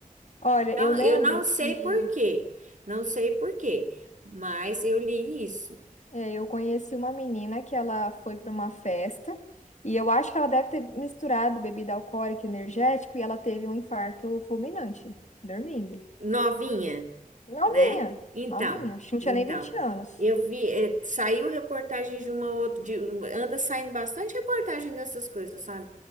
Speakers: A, on the left; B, on the right.
A: Olha,
B: Então,
A: eu lembro
B: eu não sei
A: que
B: por quê, não sei por quê, mas eu li isso.
A: É, eu conheci uma menina que ela foi para uma festa e eu acho que ela deve ter misturado bebida alcoólica e energético e ela teve um infarto fulminante, dormindo.
B: novinha,
A: Novinha,
B: né? Então,
A: novinha, acho que não
B: então,
A: tinha nem 20 anos.
B: eu vi, eh, saiu reportagem de uma outra, de- anda saindo bastante reportagem dessas coisas, sabe?